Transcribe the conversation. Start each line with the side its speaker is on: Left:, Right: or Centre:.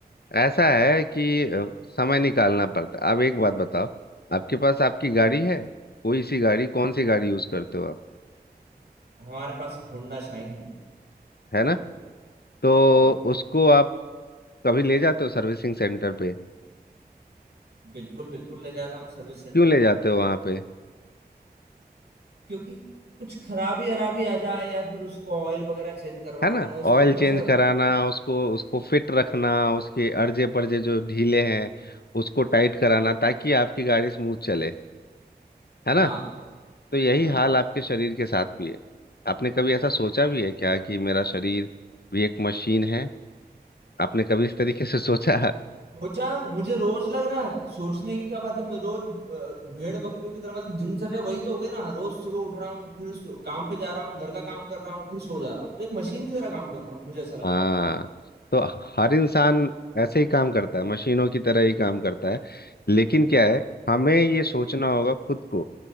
Left: ऐसा है कि अ, समय निकालना पड़ता है अब एक बात बताओ आपके पास आपकी गाड़ी है कोई सी गाड़ी कौन सी गाड़ी यूज करते हो आप
Right: हमारे पास होंडा शाइन है
Left: है ना तो
Right: हाँ
Left: उसको आप कभी ले जाते हो सर्विसिंग सेंटर पे
Right: बिल्कुल बिल्कुल ले जाता हूँ सर्विस सेंटर
Left: क्यों ले
Right: पर
Left: जाते हो वहां पे
Right: क्योंकि कुछ खराबी अराबी आ जाए या फिर उसको ऑयल वगैरह चेंज करवाना
Left: है ना
Right: हो उसको
Left: ऑयल
Right: थोड़ा
Left: चेंज
Right: सा
Left: कराना उसको उसको फिट रखना उसके अर्जे परजे जो ढीले हैं उसको टाइट कराना ताकि आपकी गाड़ी स्मूथ चले है ना
Right: हाँ
Left: तो यही
Right: हाँ
Left: हाल आपके शरीर के साथ भी है आपने कभी ऐसा सोचा भी है क्या कि मेरा शरीर भी एक मशीन है आपने कभी इस तरीके से सोचा
Right: सोचा मुझे रोज लग रहा है सोचने की क्या बात है मैं रोज ब- भेड़ बकरियों की तरह मतलब दिनचर्या वही तो हो गई ना रोज सुबह उठ रहा हूँ फिर सो- काम पे जा रहा हूँ घर का काम कर रहा हूँ फिर सो जा रहा हूँ तो एक मशीन की तरह काम कर रहा हूँ मुझे ऐसा लगता
Left: हाँ
Right: है
Left: तो हर इंसान ऐसे ही काम करता है मशीनों की तरह ही काम करता है लेकिन क्या है हमें ये सोचना होगा खुद को